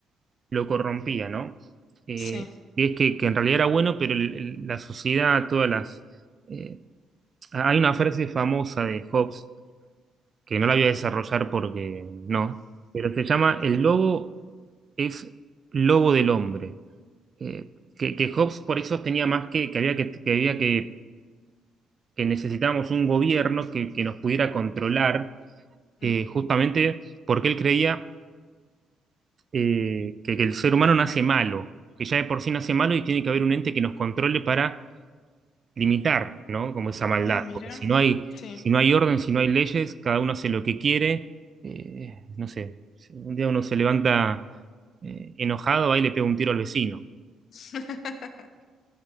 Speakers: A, on the right (about 40°); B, on the left (about 65°).
A: lo corrompía, ¿no? Eh,
B: sí.
A: y es que, que en realidad era bueno, pero el- el- la sociedad, todas las... eh, hay una frase famosa de Hobbes, que no la voy a desarrollar porque no, pero se llama El lobo es lobo del hombre. eh, que, que Hobbes por eso tenía más que, que había que, que había que, que necesitábamos un gobierno que, que nos pudiera controlar, eh,
B: Mm.
A: justamente porque él creía eh, que, que el ser humano nace malo, que ya de por sí nace malo y tiene que haber un ente que nos controle para limitar, ¿no? Como esa maldad,
B: Ah, mira.
A: porque si no hay,
B: Sí.
A: si no hay orden, si no hay leyes, cada uno hace lo que quiere, eh, no sé, si un día uno se levanta eh, enojado, ahí le pega un tiro al vecino.
B: <laughs>